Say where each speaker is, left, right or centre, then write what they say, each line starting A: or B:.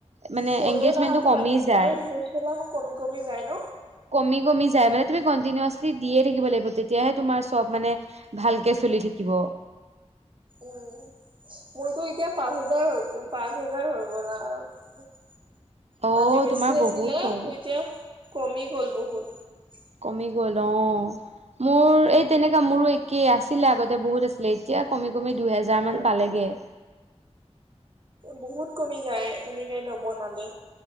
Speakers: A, on the right (about 70°); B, on the right (about 45°).
A: মানে
B: ফলো
A: এগেজমেন্টো
B: নাহাতো
A: কমি
B: বাদেই দিয়া
A: যায়
B: আৰু ভিউজ বিলাকো কমি কমি যায় ন।
A: কমি যায় মানে তুমি কণ্টিনিচলি দিয়ে থাকিব লাগিব তেতিয়াহে তোমাৰ চব মানে ভালকে চলি থাকিব
B: উম মোৰতো এতিয়া পাঁচ হোজাৰ হৈ পাঁচ হোজাৰ হৈ গ'লা আৰু
A: অ'
B: মানে বেছি
A: তোমাৰ বহুত
B: আছিলে
A: হ'ল
B: এতিয়া কমি গ'ল বহুত
A: কমি গ'ল অ মোৰ এই তেনেককা মোৰো একেই আছিলে আগতে বহুত আছিলে এতিয়া কমি কমি দুই হেজাৰ মান পালেগে <inaudible>
B: বহুত কমি যায় এনেকে লব নালে